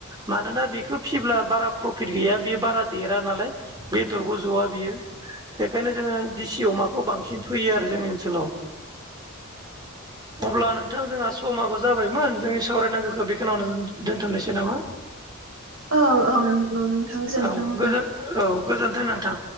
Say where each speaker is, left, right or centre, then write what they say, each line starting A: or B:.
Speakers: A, on the right; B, on the right.
A: मानोना बेखो फिब्ला बारा प्रफिट गैया बे बारा देरा नालाय। बेदरबो ज'वा बियो बेखायनो जोङो दिसि अमाखौ बांसिन फैयो आरो जोंनि ओनसोलाव। अब्ला नोंथां जोंहा समाबो जाबायमोन, जोंनि सावरायनांगोखो बेखोनावनो दोनथ'नोसै नामा?
B: औ औ नोंथां गोजोनथों
A: औ
B: अब्ला।
A: गोजोन औ गोजोनथों नोंथां।